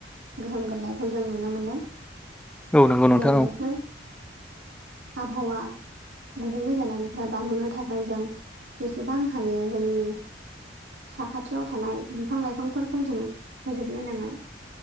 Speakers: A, on the right (about 80°); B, in the centre.
A: गोहोम गोग्लैनायखौ जों नुनो मोनदों
B: औ नंगौ नोंथां
A: जों
B: औ
A: बेफोर आबहावा गुबुंले जानायनिफ्राय बारग'नो थाखाय जों जेसेबां हायो जोंनि साखाथियाव थानाय बिफां लाइ बिफांफोरखौ जों फोजोबनो नाङा